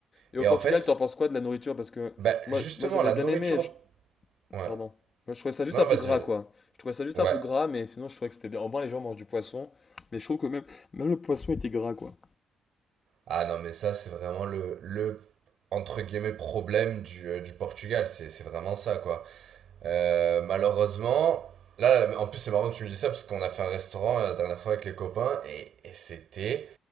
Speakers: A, on the left; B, on the right.
A: Et
B: Et
A: au Portugal,
B: en fait,
A: t'en penses quoi de la nourriture? Parce que
B: bah,
A: moi,
B: justement,
A: moi j'avais
B: la
A: bien
B: nourriture...
A: aimé. je-
B: Ouais.
A: Pardon. Moi, je trouvais ça juste
B: Non,
A: un
B: vas-y,
A: peu gras,
B: vas-y.
A: quoi. Je trouvais ça juste
B: Ouais.
A: un peu gras, mais sinon, je trouvais que c'était bien. En bas, les gens mangent du poisson. Mais je trouve que même, même le poisson était gras, quoi.
B: Ah non, mais ça, c'est vraiment le, le entre guillemets, problème du, euh, du Portugal. C'est, c'est vraiment ça, quoi. Euh, malheureusement, là, là, en plus, c'est marrant que tu me dis ça parce qu'on a fait un restaurant euh, la dernière fois avec les copains et, et c'était